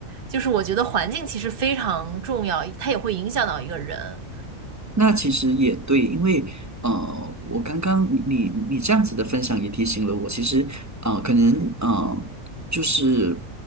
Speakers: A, on the right; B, on the right.
A: 就是我觉得环境其实非常重要，它也会影响到一个人。
B: 那其实也对，因为呃，我刚刚你你你这样子的分享也提醒了我，其实啊，可能啊，就是